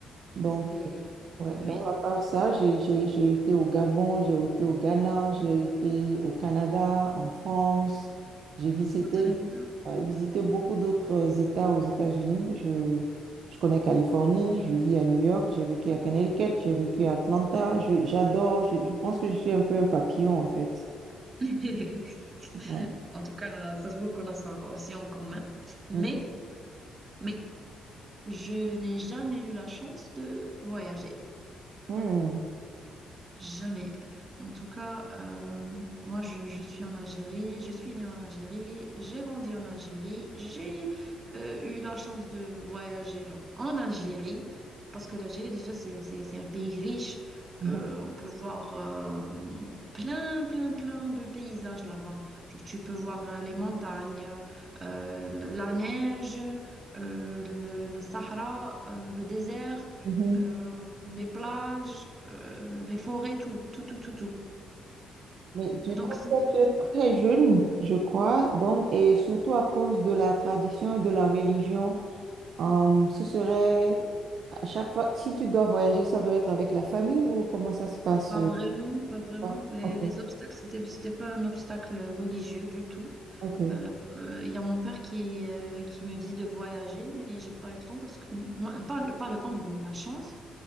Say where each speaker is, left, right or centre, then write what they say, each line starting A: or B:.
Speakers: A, on the right; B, on the right.
A: Donc,
B: du pays.
A: Ouais,
B: Oui.
A: donc à part ça, j'ai j'ai- j'ai été au Gabon, j'ai été au Ghana, j'ai été au Canada, en France. J'ai visité,
B: Ah, très bien.
A: ouais, visité beaucoup d'autres euh, États aux États-Unis. Je, je connais Californie, je vis à New York, j'ai vécu à Connecticut, j'ai vécu à Atlanta. Je- J'adore, je, je pense que je suis un peu un papillon en fait.
B: <laughs>
A: Ouais.
B: En tout cas, ça se voit qu'on a ça aussi en commun. Mais,
A: Mm.
B: mais, je n'ai jamais eu la chance de voyager.
A: Mm.
B: Jamais. En tout cas, euh, moi, je, je suis en Algérie, je suis née en Algérie, j'ai grandi en Algérie, j'ai euh, eu la chance de voyager genre, en Algérie, parce que l'Algérie, déjà, c'est, c'est, c'est un pays riche.
A: Mhm.
B: Euh, on peut voir euh, plein, plein, plein de paysages là-bas. Genre, tu peux voir euh, les montagnes, euh, la neige, euh, le, le Sahara, euh, le désert
A: Mhm.
B: euh, les plages, euh, les forêts, tout, tout, tout, tout, tout.
A: Mais du
B: Donc,
A: coup,
B: c'est
A: toi, tu es très jeune, je crois, donc, et surtout à cause de la tradition et de la religion. Euh, ce serait à chaque fois, si tu dois voyager, ça doit être avec la famille ou comment ça se passe?
B: pas
A: euh,
B: vraiment, pas vraiment,
A: quoi?
B: les,
A: Ok,
B: les obstacles, c'était, c'était pas un obstacle religieux du tout.
A: ok,
B: Euh, Il y a mon père qui, euh, qui me dit de voyager, mais j'ai pas eu le temps parce que, non, pas, le- pas le temps, mais la chance.